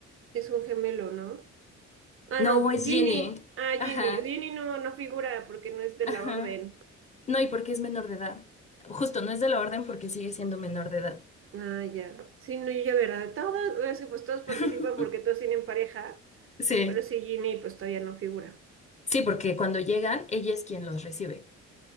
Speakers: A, on the right; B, on the left.
A: es un gemelo, ¿no? Ah,
B: No,
A: no,
B: es
A: Ginny.
B: Ginny.
A: Ah,
B: Ajá.
A: Ginny. Ginny no, no figura porque no es de
B: Ajá.
A: la orden.
B: No, y porque es menor de edad. Justo, no es de la orden porque sigue siendo menor de edad.
A: Ah, ya. Sí, no, yo ya, ¿verdad? Todos, es que pues todos participan
B: <laughs>
A: porque todos tienen pareja.
B: Sí,
A: Pero sí, Ginny pues todavía no figura.
B: sí, porque cuando llegan, ella es quien los recibe.